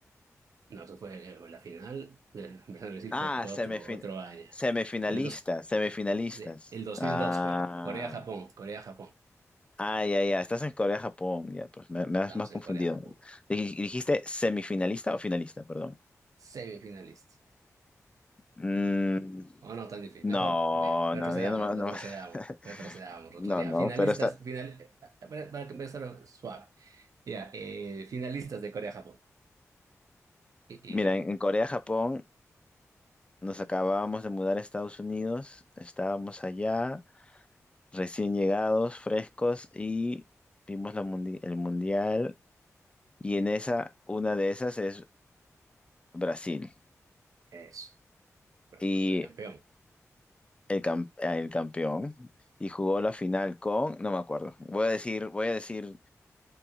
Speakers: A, on the right; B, on the left.
A: No, eso fue eh, la final, <laughs> eh, empezando a decir
B: Ah,
A: fue, fue
B: semifin-
A: otro, otro año.
B: semifinalistas,
A: Pero el, dos,
B: semifinalistas.
A: de- el 2002,
B: Ah,
A: pero Corea-Japón, Corea-Japón.
B: ah, ya, ya. Estás en Corea, Japón. Ya, pues me, me has
A: Estamos
B: más confundido.
A: en Corea-Japón.
B: Dij- ¿Dijiste semifinalista o finalista? Perdón.
A: Semifinalistas.
B: Mm,
A: Oh, no, tan difícil.
B: no,
A: Mejor, vea, retrocedamos,
B: no, no, yo no, me-
A: retrocedamos,
B: no, me- <laughs>
A: retrocedamos, retrocedamos.
B: no, no,
A: Ya, finalistas,
B: pero está.
A: final, eh, para, para empezar suave. Ya, eh, finalistas de Corea-Japón. Y,
B: Mira, en,
A: y
B: en Corea, Japón, nos acabábamos de mudar a Estados Unidos. Estábamos allá, recién llegados, frescos, y vimos la mundi- el mundial. Y en esa, una de esas es Brasil.
A: eso,
B: Y
A: el campeón.
B: el, cam- ah, el campeón. Y jugó la final con, no me acuerdo. Voy a decir, voy a decir,